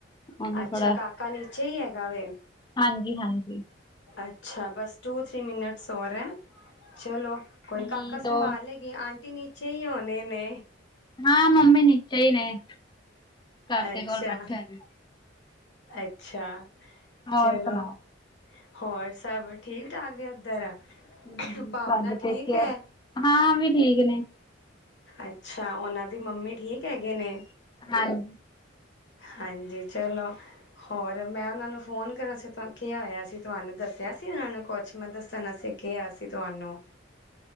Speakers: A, on the left; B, on the left.
A: ਉਹਨੂੰ
B: ਅੱਛਾ,
A: ਥੋੜਾ
B: ਕਾਕਾ ਨੀਚੇ ਹੀ ਹੈਗਾ ਵੇ।
A: ਹਾਂਜੀ ਹਾਂਜੀ
B: ਅੱਛਾ, ਬਸ ਟੂ-ਥ੍ਰਰੀ ਮਿੰਨਤ ਹੋਰ ਹੈ, ਚਲੋ ਕੋਈ
A: ਹਮ
B: ਕਾਕਾ
A: ਦੋ
B: ਸੰਭਾਲ ਲੇਗੀ, ਆਂਟੀ ਨੀਚੇ ਹੀ ਹੋਣੇ ਨੇ।
A: ਹਾਂ, ਮੰਮੀ ਨੀਚੇ ਨੇ। ਕਾਕੇ
B: ਅੱਛਾ-
A: ਕੋਲ ਬੈਠੇ ਨੇ
B: ਅੱਛਾ,
A: ਹੋਰ
B: ਚਲੋ।
A: ਸੁਣਾਓ
B: ਹੋਰ ਸਭ ਠੀਕ ਠਾਕ ਨੇ ਉੱਧਰ?
A: ਹਮ,
B: ਭਾਵਨਾ
A: ਤੁਹਾਡੇ
B: ਠੀਕ
A: ਪੇਕਿਆ?
B: ਹੈ
A: ਹਾਂ, ਓ ਵੀ ਠੀਕ ਨੇ।
B: ਅੱਛਾ, ਉਹਨਾਂ ਦੀ ਮੰਮੀ ਠੀਕ ਹੈਗੇ ਨੇ?
A: ਹਾਂਜੀ।
B: ਹਾਂਜੀ, ਚਲੋ। ਹੋਰ, ਮੈਂ ਉਹਨਾਂ ਨੂੰ ਫੋਨ ਕਰਨਾ ਸੀ ਕਿਹਾ ਹੋਇਆ ਸੀ, ਤੁਹਾਨੂੰ ਦੱਸਿਆ ਸੀ ਉਹਨਾਂ ਨੂੰ ਕੁਛ ਮੈਂ ਦੱਸਣਾ ਸੀ। ਕਿਹਾ ਸੀ ਤੁਹਾਨੂੰ।